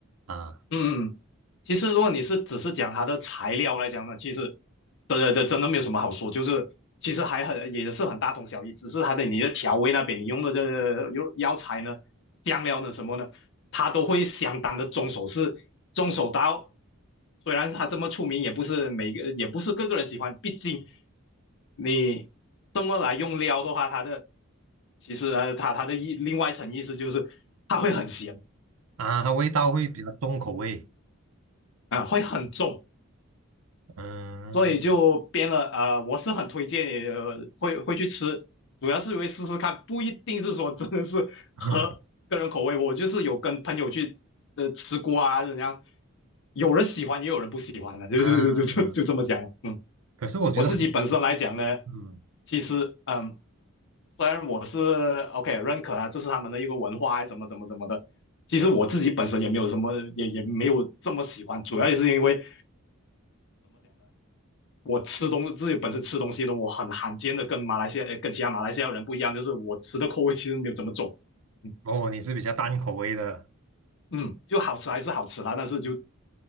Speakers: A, on the right; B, on the left.
A: 啊
B: 嗯嗯，其实如果你是只是讲它的材料来讲呢，其实真的真真的没有什么好说，就是其实还很也是很大同小异，只是它的你的调味那边你用的这个用药材呢、酱料呢什么呢，它都会相当的重手是重手到，虽然它这么出名，也不是每个也不是个个人喜欢，毕竟你这么来用料的话，它的其实呃它它的意另外一层意思就是它会很咸
A: 啊，它味道会比较重口味。
B: 啊、会很重。
A: 嗯
B: 所以就编了，呃，我是很推荐你，呃会会去吃，主要是因为试试看，不一定是说真的是合个人口味。
A: 嗯
B: 我就是有跟朋友去呃吃过啊，怎样，有人喜欢也有人不喜欢的，就就就就就这么讲了。
A: 啊，
B: 嗯，
A: 可是我觉得，
B: 我自己本身来讲呢，
A: 嗯，
B: 其实嗯，虽然我是 OK 认可啊，这是他们的一个文化啊，怎么怎么怎么的，其实我自己本身也没有什么，也也没有这么喜欢，主要也是因为。我吃东自己本身吃东西的，我很罕见的跟马来西亚呃跟其他马来西亚人不一样，就是我吃的口味其实没有这么重，嗯
A: 哦，你是比较淡口味的
B: 嗯，就好吃还是好吃啦，但是就这